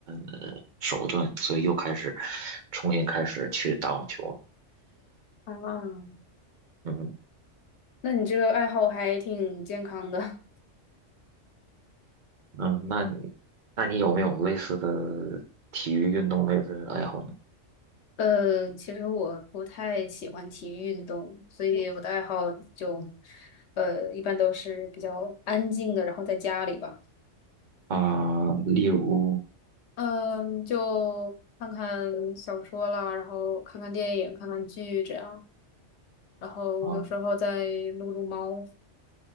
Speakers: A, on the right (about 45°); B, on the left (about 65°).
A: 呃手段，所以又开始重新开始去打网球了。
B: 啊，
A: 嗯
B: 那你这个爱好还挺健康的。
A: 嗯，那你那你有没有类似的体育运动类的爱好呢？
B: <laughs> 呃，其实我不太喜欢体育运动，所以我的爱好就，呃，一般都是比较安静的，然后在家里吧，
A: 啊、例如
B: 嗯，就看看小说啦，然后看看电影，看看剧这样，然后有时候再撸撸猫
A: 啊